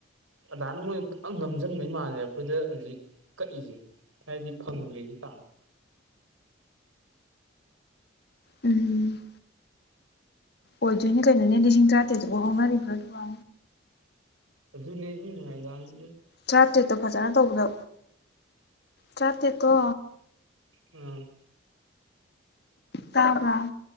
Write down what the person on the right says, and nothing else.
ꯑꯗꯥꯏꯅ ꯃꯣꯏꯅ ꯄꯨꯡꯅꯝ ꯅꯝꯖꯤꯟꯕꯩ ꯃꯥꯜꯂꯦ ꯑꯩꯈꯣꯏꯗ ꯍꯧꯖꯤꯛ ꯀꯛꯏꯁꯦ ꯍꯥꯏꯗꯤ ꯄꯪꯗ꯭ꯔꯤꯁꯤꯇꯥ
<unintelligible>
ꯎꯝ